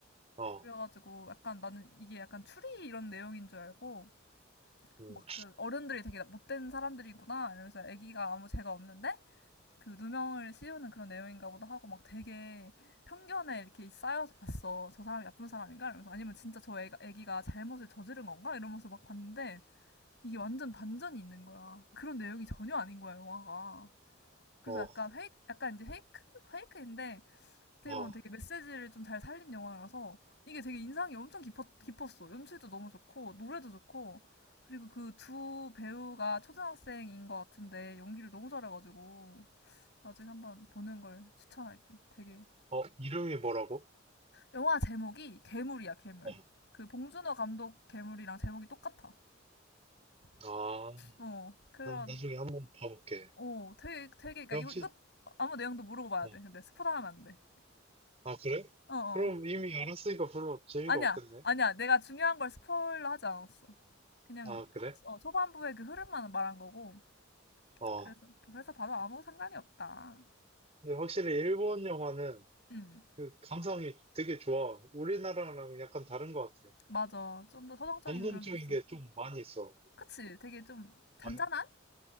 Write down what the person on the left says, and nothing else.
그래가지고 약간 나는 이게 약간 추리 이런 내용인 줄 알고
막 그 어른들이 되게 못된 사람들이구나 이러면서 아기가 아무 죄가 없는데 그 누명을 씌우는 그런 내용인가 보다 하고 막 되게 편견에 이렇게 쌓여서 봤어. 저 사람이 나쁜 사람인가? 이러면서 아니면 진짜 저 애가, 애기가 잘못을 저지른 건가? 이러면서 막 봤는데 이게 완전 반전이 있는 거야. 그런 내용이 전혀 아닌 거야, 영화가. 그래서
약간 페이크, 약간 이제 페이크? 페이크인데, 어떻게
보면 되게 메시지를 좀 잘 살린 영화라서, 이게 되게 인상이 엄청 깊었, 깊었어. 연출도 너무 좋고, 노래도 좋고, 그리고 그 두 배우가 초등학생인 것 같은데, 연기를 너무 잘해가지고, 나중에 한번 보는 걸 추천할게. 되게.
영화 제목이 괴물이야, 괴물.
그 봉준호 감독 괴물이랑 제목이 똑같아.
어, 그래,
어, 되게, 되게, 그러니까
이거, 이거 아무 내용도 모르고 봐야
돼. 근데 스포 당하면 안 돼.
어, 어.
아니야,
아니야. 내가 중요한 걸 스포일러 하지 않았어. 그냥,
그,
어, 초반부의 그 흐름만 말한 거고.
그래서, 그래서 봐도 아무 상관이 없다.
음,
맞아. 좀 더 서정적인
그런 게 있어.
그치? 되게 좀 잔잔한?